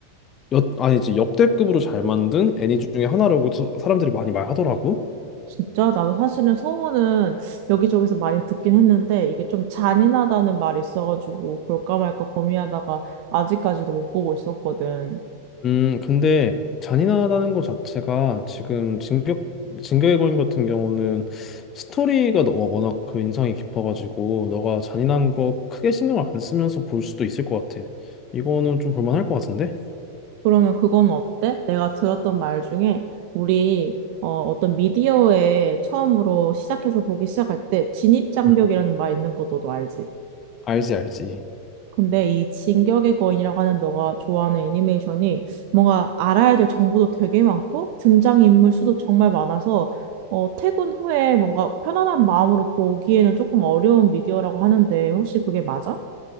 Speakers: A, on the left; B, on the right.
A: 역 아니지 역대급으로 잘 만든 애니 중에 하나라고 사- 사람들이 많이 말하더라고.
B: 진짜 나도 사실은 소문은 여기저기서 많이 듣긴 했는데 이게 좀 잔인하다는 말이 있어가지고 볼까 말까 고민하다가 아직까지도 못 보고 있었거든.
A: 음, 근데 잔인하다는 것 자체가 지금 진격 진격의 거인 같은 경우는 스토리가 너- 워낙 그 인상이 깊어가지고 너가 잔인한 거 크게 신경을 안 쓰면서 볼 수도 있을 것 같아. 이거는 좀 볼만할 것 같은데?
B: 그러면 그건 어때? 내가 들었던 말 중에 우리 어, 어떤 미디어에 처음으로 시작해서 보기 시작할 때 진입장벽이라는
A: 응.
B: 말 있는 거 너도 알지?
A: 알지, 알지.
B: 근데 이 진격의 거인이라고 하는 너가 좋아하는 애니메이션이 뭔가 알아야 될 정보도 되게 많고 등장인물 수도 정말 많아서 어, 퇴근 후에 뭔가 편안한 마음으로 보기에는 조금 어려운 미디어라고 하는데 혹시 그게 맞아?